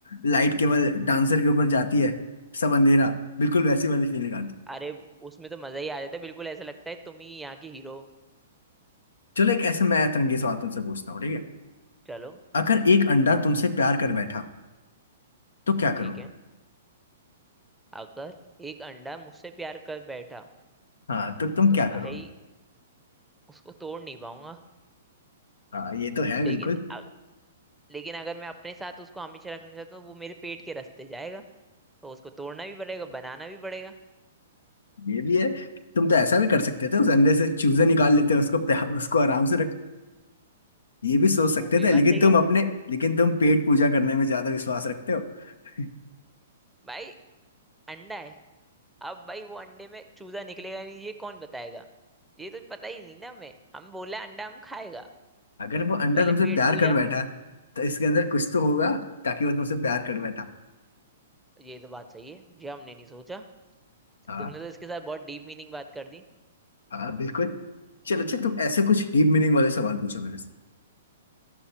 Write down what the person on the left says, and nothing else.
लाइट केवल डांसर के ऊपर जाती है सब अंधेरा बिल्कुल वैसी वाली फीलिंग आती
चलो एक ऐसे मैं तिरंगे सवाल तुमसे पूछता हूँ ठीक है
अगर एक अंडा तुमसे प्यार कर बैठा तो क्या
करोगे
हाँ तो तुम
क्या
करोगे
हाँ ये तो है
बिल्कुल
ये भी है तुम तो ऐसा भी कर सकते थे उस अंदर से चूजे निकाल लेते उसको प्या- उसको आराम से रख ये भी सोच सकते
थे
लेकिन
तुम
अपने लेकिन तुम पेट पूजा करने में ज्यादा विश्वास रखते हो <laughs>
अगर वो अंडा
तुमसे
प्यार
कर बैठा तो इसके अंदर कुछ तो होगा ताकि वो तुमसे प्यार कर बैठा
हाँ
हाँ बिल्कुल चलो अच्छा तुम ऐसे कुछ डीप मीनिंग वाले सवाल पूछो मेरे से